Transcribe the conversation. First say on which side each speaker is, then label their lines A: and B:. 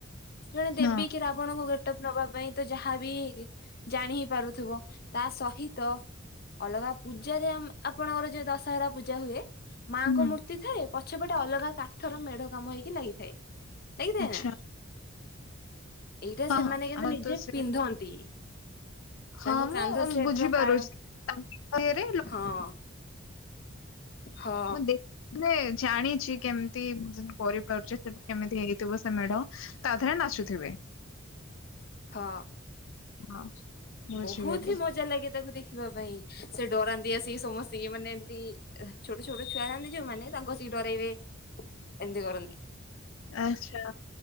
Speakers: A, on the left; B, on the left.
A: <inaudible> ଜଣେ ଦେବୀ
B: ହଁ
A: କି ରାବଣଙ୍କୁ ଭେଟ ନବା ପାଇଁ ତ ଯାହାବି ଜାଣି ହି ପାରୁଥିବ ତା ସହିତ ଅଲଗା ପୂଜାରେ ଆପଣଙ୍କର ଯୋଉ ଦଶହରା ପୂଜା ହୁଏ। ମାଆଙ୍କ
B: ହୁଁ
A: ମୂର୍ତ୍ତି ଥାଏ ପଛେପଟେ ଅଲଗା କାଠର ମେଢ କାମ ହେଇକି ଲାଗିଥାଏ। ଲାଗିଥାଏ
B: ଆଚ୍ଛା
A: ନା? ଏଇଟା
B: ହଁ
A: ସେମାନେ
B: ହଁ
A: କିନ୍ତୁ
B: ଆମର
A: ନିଜେ
B: ତ ସେ
A: ପିନ୍ଧନ୍ତି।
B: ହଁ
A: ତାଙ୍କ
B: ମୁଁ
A: କାନ୍ଧ ସେପ୍
B: ବୁଝିପାରୁଛି
A: ର କା
B: ତାଙ୍କ <inaudible> ହଁ
A: ହଁ ହଁ
B: ମୁଁ ଦେଖି ମାନେ ଜାଣିଛି କେମିତି ମୁଁ କରିପାରୁଛି ସବୁ କେମିତି ହେଇଥିବ ସେ ମେଢ଼। ତା ଦେହରେ ନାଚୁଥିବେ।
A: ହଁ
B: ହଁ ବୁଝିଗଲି।
A: ବହୁତ ହିଁ ମଜା ଲାଗେ ତାକୁ ଦେଖିବା ପାଇଁ। ସେ ଡରାନ୍ତିି ଆସିକି ସମସ୍ତି ଙ୍କି ମାନେ ଏମତି ଛୋଟ ଛୋଟ ଛୁଆ ଯାଆନ୍ତି ଯୋଉମାନେ ତାଙ୍କୁ ଆସିକି ଡରେଇବେ ଏମିତି କରନ୍ତି।
B: ଆଚ୍ଛା